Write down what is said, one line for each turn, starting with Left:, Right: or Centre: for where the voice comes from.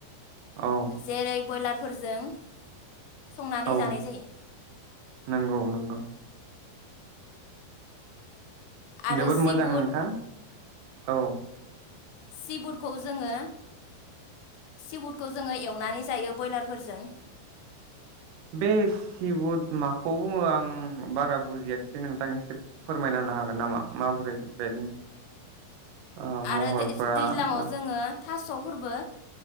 Right: औ
Left: जेरै ब्रयलार फोरजों संनानै
Right: औ
Left: जानाय जायो।
Right: नंगौ नंगौ
Left: आरो
Right: जोबोद
Left: सिबुट
Right: मोजां नोंथां औ।
Left: सिबुटखौ जोङो सिबुटखौ जोङो एवनानै जायो ब्रयलारफोरजों।
Right: बे सिबुद माखौ बुङो आं बारा बुजियाखिसै नोंथां एसे फोरमायना होनो हागोन नामा माबोरै बेनि ओ महरफोरा
Left: आरो दैज्लाङाव
Right: एबा
Left: जोङो। थास'फोरबो